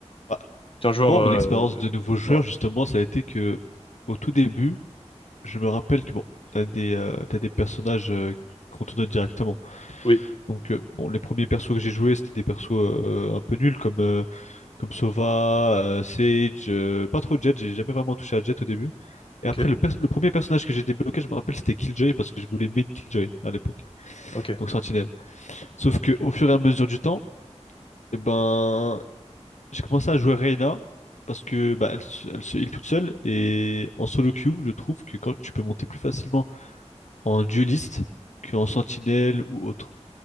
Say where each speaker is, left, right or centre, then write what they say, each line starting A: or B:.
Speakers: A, on the left; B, on the left.
A: Ah,
B: qu'un joueur.
A: Moi,
B: euh,
A: mon expérience de nouveau joueur
B: Non.
A: justement, ça a été que au tout début, je me rappelle que bon, t'as des euh, t'as des personnages euh, qu'on te donne directement.
B: Oui.
A: Donc euh, bon, les premiers persos que j'ai joués, c'était des persos euh, un peu nuls comme euh, comme Sova, euh, Sage, euh, pas trop Jet, j'ai jamais vraiment touché à Jet au début. Et
B: Ok.
A: après le, pers- le premier personnage que j'ai débloqué, je me rappelle, c'était Killjoy parce que je voulais main Killjoy à l'époque,
B: Ok.
A: donc Sentinelle. Sauf que au fur et à mesure du temps, eh ben j'ai commencé à jouer Reyna parce que bah, elle, se- elle se heal toute seule et en solo queue, je trouve que quand tu peux monter plus facilement en dueliste qu'en Sentinelle ou autre.